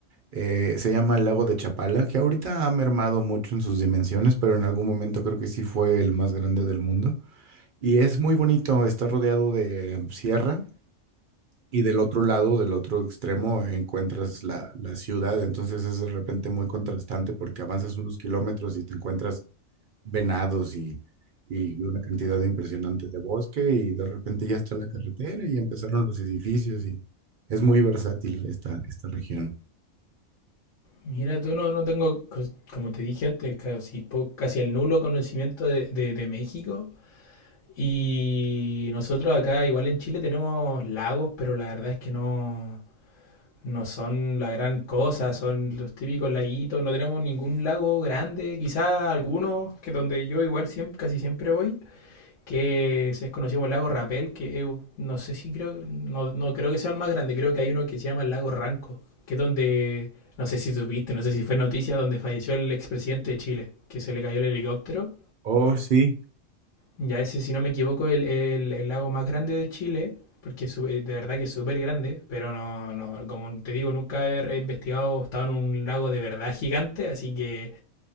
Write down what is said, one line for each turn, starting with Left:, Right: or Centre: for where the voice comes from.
Right: Eh, se llama el lago de Chapala, que ahorita ha mermado mucho en sus dimensiones, pero en algún momento creo que sí fue el más grande del mundo. Y es muy bonito, está rodeado de sierra y del otro lado, del otro extremo, encuentras la, la ciudad. Entonces es de repente muy contrastante porque avanzas unos kilómetros y te encuentras venados y, y una cantidad impresionante de bosque y de repente ya está la carretera y empezaron los edificios y es muy versátil esta, esta región.
Left: Mira, tú no, no tengo, cos- como te dije antes, casi, po- casi el nulo conocimiento de, de- de México. Y nosotros acá, igual en Chile, tenemos lagos, pero la verdad es que no, no son la gran cosa, son los típicos laguitos, no tenemos ningún lago grande, quizá algunos, que donde yo igual siempre, casi siempre voy, que es conocido como el lago Rapel, que es- no sé si creo, no, no creo que sea el más grande, creo que hay uno que se llama el lago Ranco, que es donde, no sé si supiste, no sé si fue noticia, donde falleció el expresidente de Chile, que se le cayó el helicóptero
Right: Oh, sí.
Left: ya ese, si no me equivoco, el, el- el lago más grande de Chile, porque su- eh, de verdad que es súper grande, pero no, no, como te digo, nunca he he investigado, he estado en un lago de verdad gigante, así que